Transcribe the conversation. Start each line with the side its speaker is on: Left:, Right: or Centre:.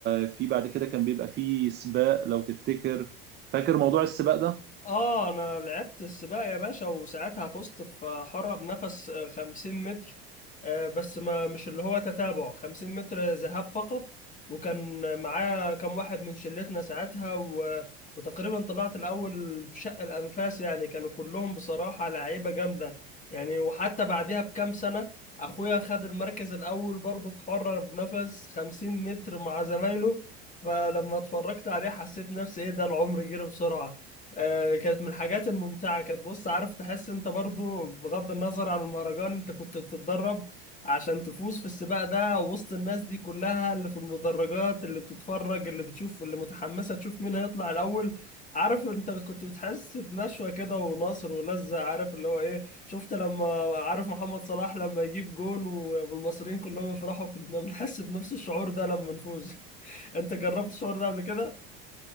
Right: في بعد كده كان بيبقى في سباق لو تفتكر فاكر موضوع السباق ده؟
Left: اه انا لعبت السباق يا باشا وساعتها فزت في حرة بنفس آه، 50 متر آه، بس ما مش اللي هو تتابع 50 متر ذهاب فقط وكان معايا كم واحد من شلتنا ساعتها و... وتقريبا طلعت الاول بشق الانفاس يعني كانوا كلهم بصراحة لعيبة جامدة يعني وحتى بعدها بكام سنة اخويا خد المركز الاول برضه في حرة بنفس 50 متر مع زمايله فلما اتفرجت عليه حسيت نفسي ايه ده العمر جري بسرعة آه، كانت من الحاجات الممتعة كانت بص عارف تحس انت برضو بغض النظر عن المهرجان انت كنت بتتدرب عشان تفوز في السباق ده وسط الناس دي كلها اللي في المدرجات اللي بتتفرج اللي بتشوف اللي متحمسة تشوف مين هيطلع الأول عارف انت بت- كنت بتحس بنشوة كده ونصر ولذة عارف اللي هو ايه شفت لما عارف محمد صلاح لما يجيب جون و- والمصريين كلهم يفرحوا كنا بنحس بنفس الشعور ده لما نفوز <laughs> انت جربت الشعور ده قبل كده؟